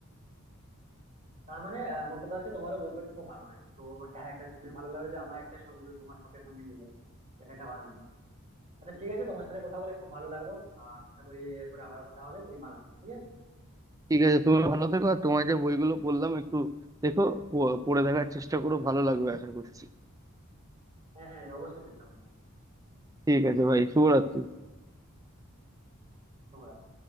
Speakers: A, on the right (about 30°); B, on the right (about 15°).
A: তার মানে আহ, মোট কথা হচ্ছে তোমারও বই পড়তে খুব ভালো লাগে তো এটা এটা শুনে ভালো লাগলো যে আমার একটা সঙ্গে তোমার শখের সঙ্গে মিলে এটা একটা ভালো জিনিস আচ্ছা ঠিক আছে তোমার সাথে কথা বলে খুব ভালো লাগলো আহ আশা করি এরপরে আবার কথা হবে তুমি ভালো থেকো ঠিক আছে
B: ঠিক আছে তুমি ভালো থেকো আর তোমার যে বইগুলো বললাম একটু দেখো প- পড়ে দেখার চেষ্টা করো ভালো লাগবে আশা করছি
A: হ্যাঁ হ্যাঁ, অবশ্যই চেষ্টা করবো
B: ঠিক আছে ভাই শুভরাত্রি
A: শুভরাত্রি।